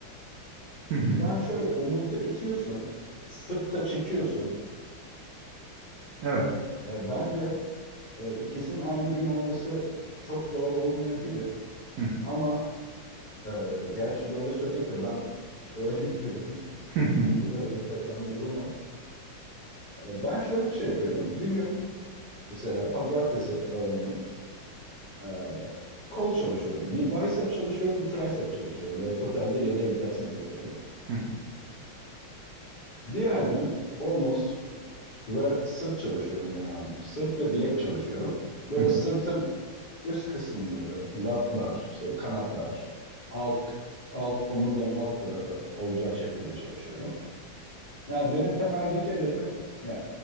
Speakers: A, on the right; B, on the left.
A: Hı hı.
B: Yani şöyle omuzda itiyorsun, sırtta çekiyorsun.
A: Evet.
B: E, bence e, ikisinin aynı gün olması çok doğru olmayabilir.
A: Hı hı.
B: Ama e, gerçi böyle söyleyip de ben öyle <laughs> yapıyorum.
A: <laughs>
B: <laughs> Öyle enteresan bir durum var. E, ben şöyle bir şey yapıyorum. Bir gün mesela pazartesi örneğin e, kol çalışıyorum. Bir bicep çalışıyorum, bir tricep çalışıyorum. Böyle totalde 7 egzersiz yapıyorum.
A: Hı hı.
B: Diğer gün omuz, ve sırt çalışıyorum genelde. Sırt ve bilek çalışıyorum. Böyle
A: Hı hı.
B: sırtın üst kısımları, latlar, işte kanatlar, alt alt omurganın alt tarafı olacak şekilde çalışıyorum. Yani benim temeldeki hedefim yani